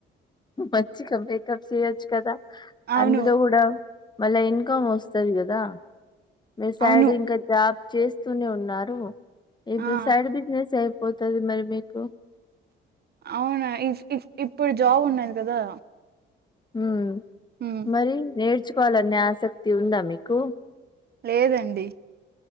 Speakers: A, on the left; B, on the right.
A: మంచ్చిగా మేకప్ చేయొచ్చు కదా
B: అవును
A: అందులో కూడా మళ్ళా ఇన్కమ్ వస్తుది కదా మీ సైడ్
B: అవును
A: ఇంకా జాబ్ చేస్తూనే ఉన్నారు ఇప్పు
B: ఆ
A: సైడ్ బిజినెస్ అయిపోతుది మరి మీకు
B: అవునాఇప్ ఇప్ ఇప్పుడు జాబ్ ఉన్నాది కదా
A: ఉమ్
B: హ్మ్
A: మరి నేర్చుకోవాలనే ఆసక్తి ఉందా మీకు
B: లేదండి